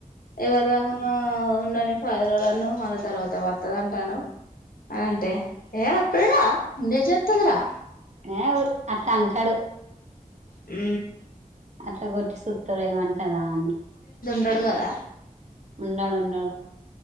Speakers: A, on the left; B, on the right.
A: ఏవల్ రాగున్న ఉండని పది రోజులన్నావ్ మల్ల తర్వాత వస్తదఅంటావ్ అని అంటే ఏ వస్తదిరా ఉండే ఏం చేస్తుందిరా
B: యా అట్లా అంటాడు
A: ఊ
B: అట్లా కొట్టి సూత్త ఏమంటదా అని
A: ఉండడుగదా
B: ఉండాడు ఉండాడు